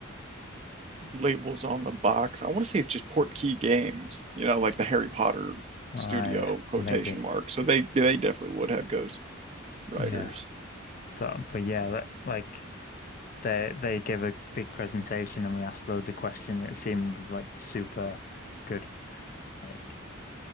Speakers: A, on the right (about 30°); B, on the left (about 40°).
A: labels on the box. I want to say it's just Portkey Games, you know, like the Harry Potter
B: I
A: studio quotation
B: maybe.
A: mark. So they they definitely would have ghost writers.
B: Yeah. So but yeah, that, like they they gave a big presentation and we asked loads of questions. It seemed like super good. Like